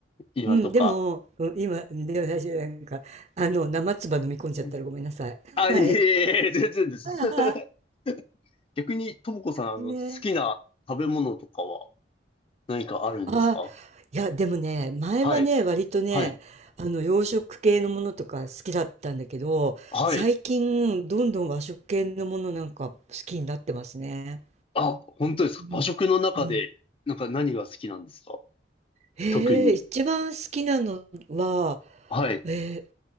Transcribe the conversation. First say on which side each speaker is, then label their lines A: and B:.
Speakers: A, on the left; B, on the right.
A: 今とか。
B: うん、でも、うん、今、でも私なんか、あの、生唾飲み込んじゃったらごめんなさい。
A: うんあ、
B: はい。
A: いえいえいえ、全然です。
B: <laughs>
A: <laughs> 逆に、ともこさん、あの、
B: ね。
A: 好きな食べ物とかは何かあるんですか
B: ああ、いや、でもね、前はね、
A: はい、
B: 割とね、
A: はい、
B: あの、洋食系のものとか好きだったんだけど、
A: はい。
B: 最近、どんどん和食系のものなんか好きになってますね。
A: あ、本当ですか和食の中で、
B: うん。うん。
A: なんか何が好きなんですか
B: へえ、
A: 特に。
B: 一番好きなのは、
A: はい。
B: え